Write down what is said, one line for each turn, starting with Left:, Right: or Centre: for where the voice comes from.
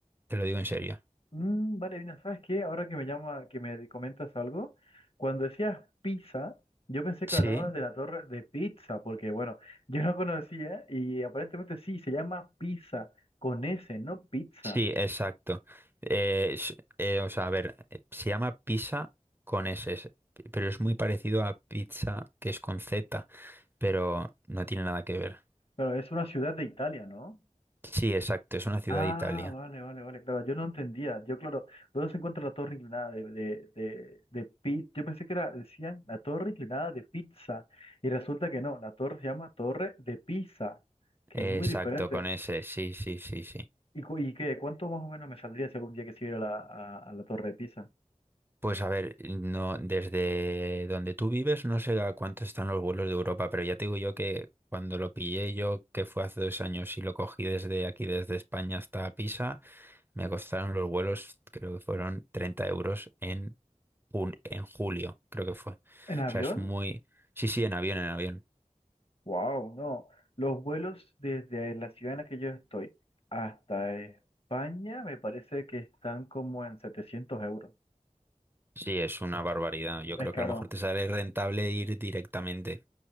Right: te lo digo en serio.
Left: Mm, vale, Dina, ¿sabes qué? Ahora que me llama, que me comentas algo, cuando decías pizza, yo pensé que
Right: Sí,
Left: hablabas de la torre de pizza, porque bueno, <laughs> yo no conocía y aparentemente sí, se llama pizza con S, no pizza.
Right: sí, exacto. Eh, s- eh, o sea, a ver, eh, se llama pizza con S, pero es muy parecido a pizza que es con Z, pero no tiene nada que ver.
Left: Pero es una ciudad de Italia, ¿no?
Right: Sí, exacto, es una ciudad
Left: Ah,
Right: de Italia.
Left: vale, vale, vale, claro, yo no entendía, yo claro, ¿dónde se encuentra la torre inclinada de, de, de, de pi- Yo pensé que era, decían, la torre inclinada de pizza, y resulta que no, la torre se llama torre de pizza, que
Right: Exacto,
Left: es muy diferente.
Right: con ese, sí, sí, sí, sí.
Left: ¿Y, cu- y qué? ¿Cuánto más o menos me saldría si algún día quisiera ir a la, a, a la torre de pizza?
Right: Pues a ver, no, desde donde tú vives no sé a cuánto están los vuelos de Europa, pero ya te digo yo que cuando lo pillé yo, que fue hace dos años y lo cogí desde aquí, desde España hasta Pisa, me costaron los vuelos, creo que fueron 30 euros en, jun- en julio, creo que fue. O
Left: ¿En avión?
Right: sea, es muy... Sí, sí, en avión, en avión.
Left: Wow, no, los vuelos desde la ciudad en la que yo estoy hasta España me parece que están como en 700 euros.
Right: Sí, es una barbaridad. Yo creo
Left: Es
Right: que
Left: caro.
Right: a lo mejor te sale rentable ir directamente.